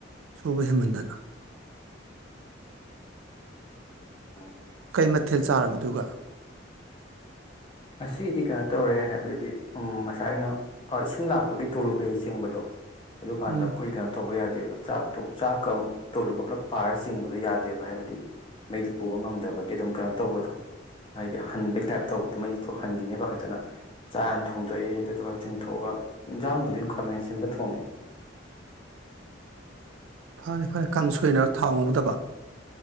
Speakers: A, on the right; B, on the left.
A: ꯁꯨꯕ ꯍꯟꯃꯟꯗꯅ
B: ꯎꯝ
A: ꯀꯩ ꯃꯊꯦꯜ ꯆꯥꯔꯕ ꯗꯨꯒ
B: ꯑꯁꯤꯒꯤꯗꯤ ꯀꯩꯅꯣ ꯇꯧꯔꯦ ꯍꯥꯏꯕꯗꯤ ꯉꯁꯥꯏ ꯑꯩꯅ ꯑ ꯏꯁꯤꯡ ꯂꯥꯛꯄꯒꯤ ꯇꯨꯂꯨ ꯀꯩ ꯆꯤꯡꯕꯗꯣ ꯑꯗꯨꯀꯥꯟꯗ
A: ꯎꯝ
B: ꯑꯩꯈꯣꯏ ꯀꯩꯅꯣ ꯇꯧꯕ ꯌꯥꯗꯦꯕ ꯆꯥꯛꯇꯣ ꯆꯥꯛꯀ ꯇꯣꯂꯨ ꯀꯞꯂꯞ ꯄꯥꯔ ꯆꯤꯡꯕꯗꯣ ꯌꯥꯗꯦꯕ ꯍꯥꯏꯕꯗꯤ ꯃꯩꯗꯨ ꯄꯨꯕ ꯉꯝꯗꯕꯒꯤ ꯑꯗꯨꯝ ꯀꯩꯅꯣ ꯇꯧꯕꯗꯣ ꯍꯥꯏꯗꯤ ꯍꯟꯕꯩ ꯇꯥꯏꯞ ꯇꯧꯕꯗꯣ ꯃꯩ ꯍꯟꯈꯤꯅꯦ ꯄꯈꯥꯠ ꯇꯥꯅꯥ ꯆꯥ ꯍꯅ ꯊꯣꯡꯗꯣꯛꯑꯦ ꯑꯗꯨꯗꯨꯒ ꯆꯤꯡꯊꯣꯛꯑꯒ ꯌꯦꯟꯖꯥꯡꯕꯨꯗꯤ ꯑꯗꯨꯝ ꯈꯥꯃꯦꯟ ꯁꯤꯟꯕ ꯊꯣꯡꯉꯦ
A: ꯐꯔꯦ ꯐꯔꯦ ꯀꯥꯡ ꯁꯣꯏꯅ ꯊꯥꯎ ꯉꯧꯗꯕ